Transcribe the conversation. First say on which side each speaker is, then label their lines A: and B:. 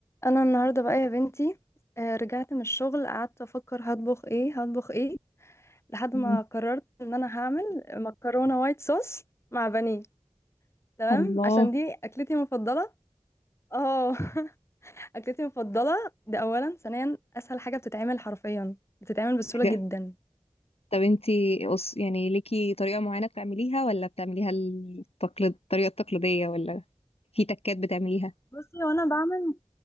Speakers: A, on the left; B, on the left.
A: انا النهارده بقى يا بنتي آه، رجعت من الشغل قعدت افكر هطبخ ايه هطبخ ايه لحد
B: مم.
A: ما قررت ان انا هعمل مكرونه وايت صوص مع بانيه تمام
B: الله
A: عشان دي اكلتي المفضله اه <laughs> اكلتي المفضله ده اولا ثانيا اسهل حاجه بتتعمل حرفيا بتتعمل بسهوله
B: حاجة
A: جدا
B: طب انتي قص- يعني ليكي طريقة معينة بتعمليها ولا بتعمليها التقليد الطريقة التقليدية ولا في تكات بتعمليها
A: بصي وانا بعمل